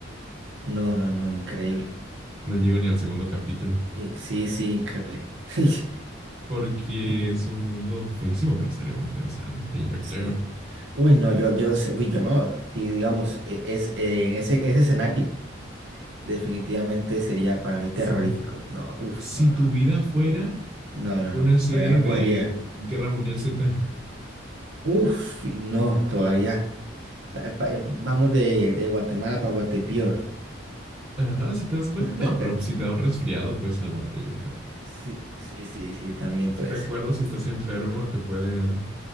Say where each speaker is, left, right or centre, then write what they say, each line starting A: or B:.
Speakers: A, on the right; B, on the right.
A: no, no, no, increíble,
B: No llego ni al segundo capítulo.
A: Eh, sí, sí, increíble, <laughs>
B: Porque
A: In-
B: es un mundo feísimo, pero estaría muy interesante, yo
A: sí,
B: creo.
A: uy, no, yo, yo, sé- uy, yo no, si digamos, e- es, eh, en ese, ese escenario, definitivamente sería para mí
B: Sí.
A: terrorífico, no, uff,
B: Si
A: no, no,
B: tu vida fuera
A: no, no,
B: una
A: no, no,
B: serie
A: por allá no
B: de
A: cogería,
B: Guerra Mundial Z.
A: uff, no, todavía, Ta- pa- eh, vamos de, de Guatemala para Guatepeor,
B: <laughs> Ajá, si te das cuenta.
A: <laughs>
B: No, pero si te da un resfriado, puedes salvarte, yo creo.
A: sí, sí, sí, sí, también
B: Si
A: puede
B: te acuerdas,
A: ser.
B: si estás enfermo, te pueden,